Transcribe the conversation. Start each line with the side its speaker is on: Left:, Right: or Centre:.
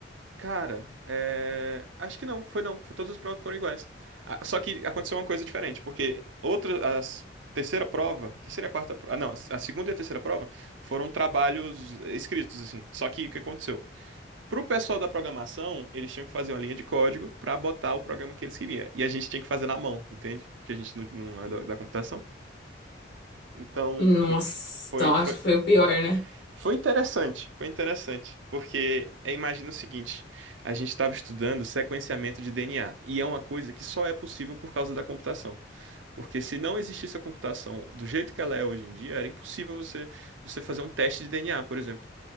Right: Cara, é... acho que não, foi não. Foi, todas as provas foram iguais. Ah, Só que aconteceu uma coisa diferente, porque outra, as terceira prova, a terceira e a quarta prova, ah, não, a a segunda e a terceira prova foram trabalhos escritos, assim. Só que o que aconteceu? Pro pessoal da programação, eles tinham que fazer uma linha de código para botar o programa que eles queriam. E a gente tinha que fazer na mão, entende? Porque a gente não, não é da, da computação. Então,
Left: Nossa,
Right: foi, foi,
Left: então acho
Right: foi,
Left: que foi o pior, né?
Right: foi interessante. Foi interessante. Porque é, imagina o seguinte: a gente estava estudando sequenciamento de DNA. E é uma coisa que só é possível por causa da computação. Porque se não existisse a computação do jeito que ela é hoje em dia, era impossível você, você fazer um teste de DNA, por exemplo